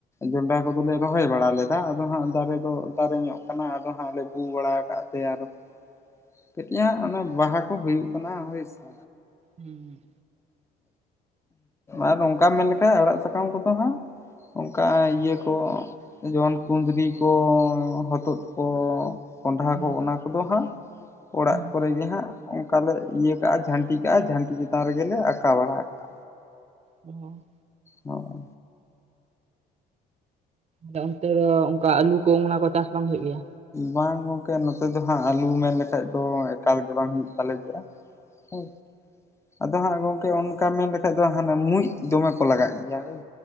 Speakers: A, on the left; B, on the right.
A: ᱜᱚᱰᱟ ᱠᱚᱫᱚᱞᱮ ᱨᱚᱦᱚᱭ ᱵᱟᱲᱟ ᱞᱮᱫᱟ, ᱟᱫᱚ ᱦᱟᱸᱜ ᱫᱟᱨᱮ ᱫᱚ ᱫᱟᱨᱮ ᱧᱚᱜ ᱠᱟᱱᱟ ᱟᱫᱚ ᱦᱟᱸᱜ ᱞᱮ ᱯᱩ ᱵᱟᱲᱟ ᱠᱟᱜ ᱛᱮ ᱟᱫᱚ
B: <inaudible>
A: ᱠᱟᱹᱴᱤᱡ ᱦᱟᱸᱜ ᱚᱱᱟ ᱵᱟᱦᱟ ᱠᱚ ᱦᱩᱭᱩᱜ ᱠᱟᱱᱟ ᱦᱳᱭ ᱥᱮ᱾
B: ᱦᱩᱸ᱾
A: ᱟᱨ ᱱᱚᱝᱠᱟᱢ ᱢᱮᱱᱞᱠᱷᱟᱡ ᱟᱲᱟᱜ ᱥᱟᱠᱟᱢ ᱠᱚᱫᱚ ᱦᱟᱸᱜ ᱚᱝᱠᱟ ᱤᱭᱟᱹ ᱠᱚ ᱡᱮᱢᱚᱱ ᱠᱩᱸᱫᱽᱨᱤ ᱠᱚ ᱦᱚᱛᱚᱫ ᱠᱚ ᱠᱚᱰᱷᱟ
B: ᱦᱩᱸ
A: ᱠᱚ ᱚᱱᱟ ᱠᱚᱫᱚ ᱦᱟᱸᱜ ᱚᱲᱟᱜ
B: ᱦᱩᱸ
A: ᱠᱚᱨᱮ ᱜᱮ ᱦᱟᱸᱜ ᱚᱱᱠᱟ ᱞᱮ ᱤᱭᱟᱹ ᱠᱟᱜᱼᱟ ᱡᱷᱟᱱᱴᱤ ᱠᱟᱜᱼᱟ, ᱡᱷᱟᱱᱴᱤ ᱪᱮᱛᱟᱱ ᱨᱮᱜᱮ ᱞᱮ ᱟᱠᱟᱸᱣ ᱵᱟᱲᱟ ᱠᱟᱜᱼᱟ᱾
B: ᱚ᱾
A: ᱚ᱾
B: ᱛᱚ ᱚᱱᱛᱮ ᱫᱚ ᱚᱱᱠᱟ ᱟᱹᱞᱩ ᱠᱚ ᱚᱱᱟ ᱠᱚ ᱪᱟᱥ ᱵᱟᱝ ᱦᱩᱭᱩᱜ ᱜᱮᱭᱟ?
A: ᱵᱟᱝ ᱜᱚᱝᱠᱮ, ᱱᱚᱛᱮ ᱫᱚ ᱦᱟᱸᱜ ᱟᱞᱩ ᱢᱮᱱ ᱞᱮᱠᱷᱟᱡ ᱫᱚ ᱮᱠᱟᱞ ᱜᱮ ᱵᱟᱝ ᱦᱩᱭᱩᱜ ᱛᱟᱞᱮ ᱜᱮᱭᱟ᱾ <unintelligible> ᱟᱫᱚ ᱦᱟᱸᱜ ᱜᱚᱝᱠᱮ ᱚᱱᱠᱟ ᱢᱮᱱ ᱞᱮᱠᱷᱟᱡ ᱫᱚ, ᱦᱟᱱᱮ ᱢᱩᱡ ᱫᱚᱢᱮ ᱠᱚ ᱞᱟᱜᱟᱜ ᱜᱮᱭᱟ ᱦᱳᱭ᱾